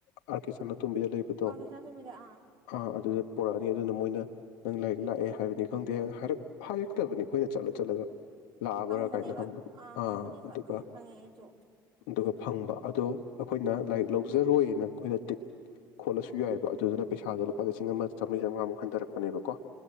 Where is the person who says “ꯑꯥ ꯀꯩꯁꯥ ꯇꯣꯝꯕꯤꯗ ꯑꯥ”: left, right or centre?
Right